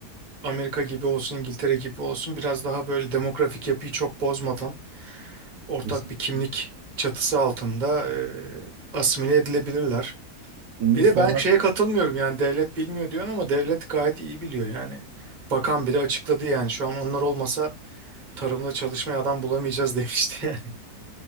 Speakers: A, on the right; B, on the right.
A: Amerika gibi olsun, İngiltere gibi olsun biraz daha böyle demografik yapıyı çok bozmadan ortak
B: Kesinlikle.
A: bir kimlik çatısı altında e, asimile edilebilirler.
B: Şimdi
A: Bir
B: sonra
A: de ben şeye katılmıyorum yani devlet bilmiyor diyorsun ama devlet gayet iyi biliyor yani. Bakan bile açıkladı yani şu an onlar olmasa tarımda çalışmaya adam bulamayacağız demişti